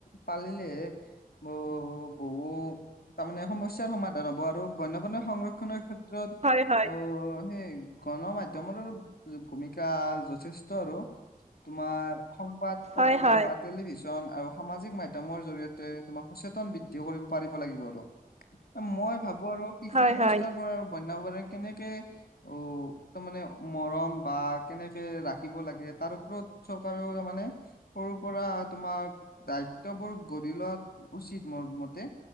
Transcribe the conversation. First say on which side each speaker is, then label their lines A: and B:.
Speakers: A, on the left (about 85°); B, on the right (about 45°).
A: পালিলেহে ব বহু তাৰমানে সমস্যাৰ সমা ধান হব, আৰু বন্য সংৰক্ষনৰ ক্ষেত্ৰত,
B: হয় হয়
A: অ হেই গণ মাধ্যমৰো ভূমিকা যথেষ্ট আৰু, তোমাৰ সংবাদ পত্ৰ
B: হয় হয়
A: বা টেলিভিছন আৰু সামাজিক মাধ্যমৰ জৰিয়তে তোমাৰ সচেতন বৃদ্ধি কৰিব পাৰিব লাগিব আৰু। মই ভাবো আৰু শিশু
B: হয়
A: অৱস্থাৰ
B: হয়
A: পৰা আৰু বন্য পৰা কেনেকে অ তাৰমানে মৰম বা কেনেকে ৰাখিব লাগে, তাৰ ওপৰত চৰকাৰেও মানে সৰু পৰা তোমাৰ দায়িত্ববোৰ গঢ়ি লোৱা উচিত মোৰ মতে।